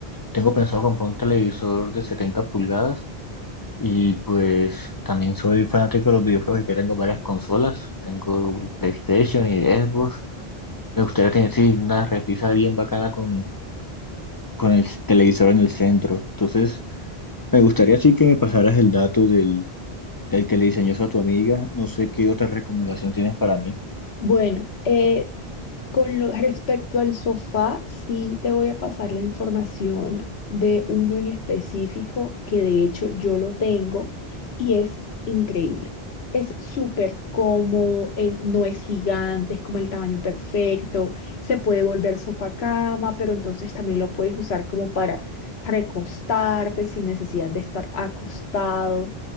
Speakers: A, on the left (about 40°); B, on the left (about 80°).
A: tengo pensado comprar un televisor de 70 pulgadas y pues también soy fanático de los videojuegos y que tengo varias consolas. Tengo el PlayStation y Xbox. Me gustaría tener sí, una repisa bien bacana con, con el televisor en el centro. Entonces... Me gustaría sí que me pasaras el dato del, del que le diseñó eso a tu amiga. No sé qué otra recomendación tienes para mí.
B: bueno, eh, Con lo, respecto al sofá, sí te voy a pasar la información de uno en específico que de hecho yo lo tengo y es increíble. Es súper cómodo, eh, no es gigante, es como el tamaño perfecto, se puede volver sofá cama, pero entonces también lo puedes usar como para recostarte sin necesidad de estar acostado.